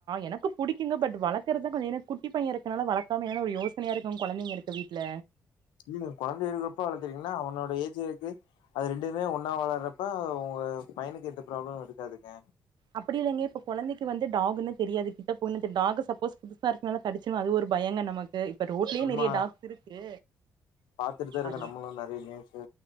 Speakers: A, on the right; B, on the left.
A: எனக்கு புடிக்குங்க பட் வளர்க்கறது கொஞ்ச ஏனா குட்டி பைய இருக்கனால வளக்காம ஒரு யோச சனையா இருக்கு கொழந்தைங்க இருக்க வீட்ல
B: நீங்க கொழந்தைங்க இருக்க அப்போ வளத்திங்கன்னா அவனோட ஏஜ் இருக்கு அது ரெண்டுமே ஒன்னா வளர்றப்ப உங்க பையனுக்கு எந்த ப்ராப்ளமு இருக்காதுங்க
A: அப்படி இல்லைங்க இப்ப கொழந்தைக்கு வந்து டாகுன்னு தெரியாது கிட்ட போனது டாக் சப்போஸ் புதுசா இருக்க நாள கடிச்சுரு அது ஒரு பயங்க நமக்கு பட் ரோட்லயே
B: நம்ம
A: நெறைய டாக்ஸ் இருக்கு
B: பாத்துட்டுதா இருக்கோ
A: அது
B: நம்மளு நெறைய நியூஸு